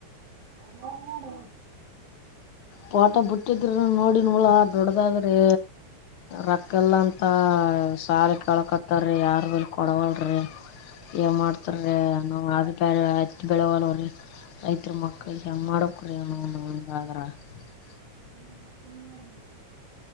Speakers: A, on the right (about 75°); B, on the left (about 70°).
A: ಹಾ ನಾನ್ ಮಾಡೋುವ
B: ಪೋಟ ಬಿುಟ್ಟಿದ್ರ ನೋಡಿ ನೂಳ ದೊಡ್ಡದಾದ್ರೆ ರೊಕ್ಕ ಎಲ್ಲ ಅಂತ ಸಾಲ ಕೆಳ್ಕತ್ತಾರೀ ಯಾರ ಬಿಲ್ ಕೊಡಗಲ್ ಏ ಮಾಡ್ತಾರ್ರೀ ನಾವು ಅದು ಬ್ಯರೆ ಹಚ್ಚ ಬೆಳೆವಲ್ಲವ್ರೀ ರೈತರ ಮಕ್ಳಿಗೆ ಹೆಂಗೆ ಮಾಡೋ <unintelligible>
A: ಏನ್ ಮಾಡತವ ನೋಡ